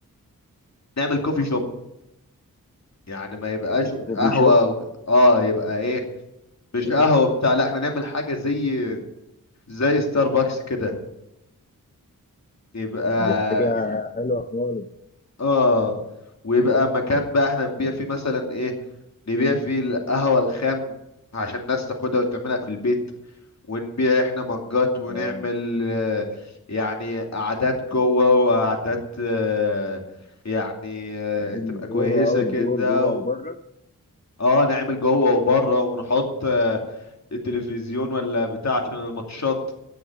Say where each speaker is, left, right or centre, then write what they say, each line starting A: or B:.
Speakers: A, on the left; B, on the left.
A: نعمل كوفي شوب يعني ما يبقاش
B: كوفي
A: قهوة
B: شوب
A: و... اه يبقى ايه مش قهوة بتاع لا احنا نعمل حاجة زي زي ستاربكس كده يبقى
B: دي حاجة حلوة خالص
A: اه ويبقى مكان بقى احنا نبيع فيه مثلا ايه نبيع فيه القهوة الخام عشان الناس تاخدها وتعملها في البيت ونبيع احنا مجات ونعمل
B: اه
A: آه، يعني قعدات جوه وقعدات آه، يعني آه، تبقى
B: اندور
A: كويسة
B: واوت
A: كده
B: دور جوه
A: و...
B: وبره
A: اه نعمل جوه وبره ونحط آه، التلفزيون ولا بتاع عشان الماتشات